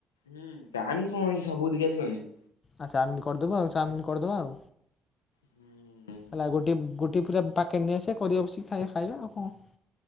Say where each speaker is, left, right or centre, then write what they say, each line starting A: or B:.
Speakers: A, on the left; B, on the left.
A: ହୁଁ ଚାଓମିନି କଁ ଅଛି <unintelligible> ଆସିବନି?
B: ଆ ଚାଉମିନ୍ କରିଦବୁ ଆଉ ଚାଉମିନ୍ କରିଦବା ଆଉ
A: ହୁଁ
B: ହେଲା ଗୋଟେ ଗୋ ଗୋଟିଏ ପୁରା ପ୍ୟାକେଟ୍ ନେଇ ଆସିବା କରିବା ବସିକି ଖାଇବା ଖାଇବା ଆଉ କଣ